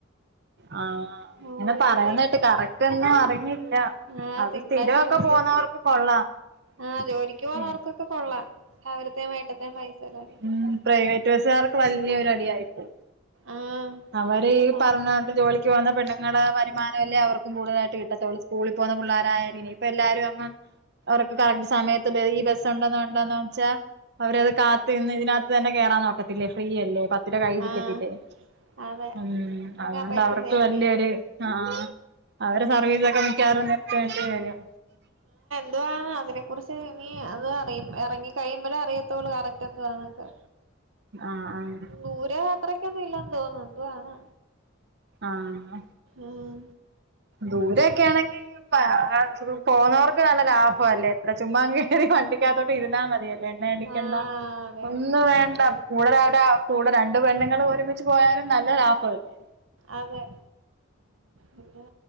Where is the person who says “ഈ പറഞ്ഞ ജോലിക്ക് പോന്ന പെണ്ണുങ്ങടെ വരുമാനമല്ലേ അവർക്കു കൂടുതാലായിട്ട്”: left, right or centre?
Right